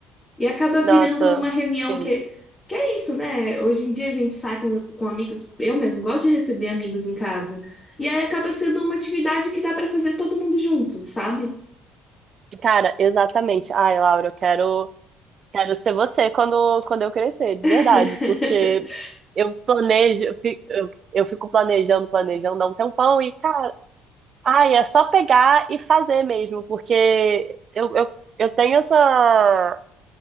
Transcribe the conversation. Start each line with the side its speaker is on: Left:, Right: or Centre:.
Left: E acaba virando
Right: nossa,
Left: uma reunião
Right: sim.
Left: que, que é isso, né? Hoje em dia a gente sai com, com amigos, eu mesmo gosto de receber amigos em casa. E aí acaba sendo uma atividade que dá pra fazer todo mundo junto, sabe?
Right: Cara, exatamente. Ai, Laura, eu quero Quero ser você quando, quando eu crescer, de
Left: <laughs>
Right: verdade, porque eu planejo, eu fico, eu, eu fico planejando, planejando há um tempão e, cara, ai, é só pegar e fazer mesmo, porque eu, eu, eu tenho essa